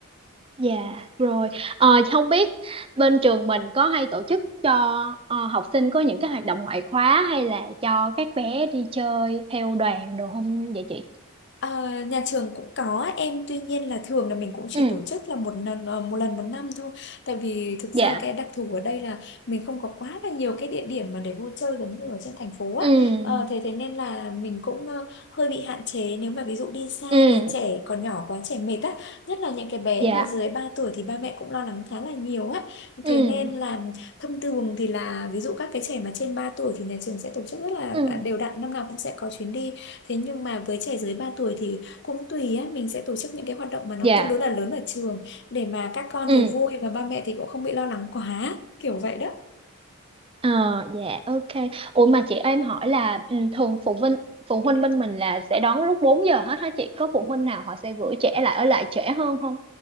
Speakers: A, on the right; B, on the left.
A: Dạ rồi Ờ, không biết bên trường mình có hay tổ chức cho ờ, học sinh có những cái hoạt động ngoại khóa hay là cho các bé đi chơi theo đoàn đồ không vậy chị?
B: Ờ, nhà trường cũng có em tuy nhiên là thường là mình cũng chỉ
A: Ừ
B: tổ chức là một lần ờ, một lần một năm thôi tại vì thực ra
A: dạ
B: cái đặc thù ở đây là mình không có quá là nhiều cái địa điểm mà để vui chơi giống như ở trên thành phố á
A: ừ
B: Ờ, thế thế nên là mình cũng ờ, hơi bị hạn chế nếu mà ví dụ đi xa
A: ừ
B: thì trẻ còn nhỏ quá trẻ mệt á nhất là những cái bé
A: dạ
B: mà dưới 3 tuổi thì ba mẹ cũng lo lắng khá là nhiều á
A: ừ
B: thế nên là thông thường thì là ví dụ các cái trẻ mà trên 3 tuổi thì nhà trường sẽ tổ chức rất là
A: ừ
B: à, đều đặn năm nào cũng sẽ có chuyến đi Thế nhưng mà với trẻ dưới 3 tuổi thì cũng tùy á, mình sẽ tổ chức những cái hoạt động mà nó
A: dạ
B: tương đối là lớn ở trường để mà các con
A: ừ
B: thì vui và ba mẹ thì cũng không bị lo lắng quá, kiểu vậy đó.
A: ờ dạ ok Ủa mà chị em hỏi là ừ, thường phụ huynh phụ huynh bên mình là sẽ đón lúc 4 giờ hết hả chị? Có phụ huynh nào họ sẽ gửi trẻ lại ở lại trễ hơn không?